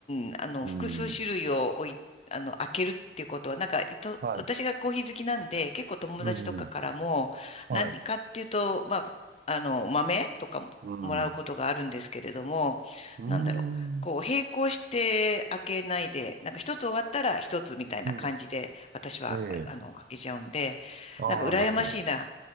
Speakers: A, on the left; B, on the right.
A: ん、あの、
B: うん。
A: 複数種類を置い、あの、開けるっていうことは、なんか、いと、
B: はい。
A: 私がコーヒー好きなんで、結構友達とかからも、
B: うん、うん。はい。
A: 何かっていうと、まあ、あの、豆とかも、
B: うん。
A: もらうことがあるんですけれども、
B: うーん。
A: なんだろう、こう、並行して開けないで、なんか一つ終わったら一つみたいな感じで、
B: う
A: 私は、
B: ん。ええ
A: あの、開けちゃうんで、
B: ああー、
A: なんか羨ましいな。
B: なるほど。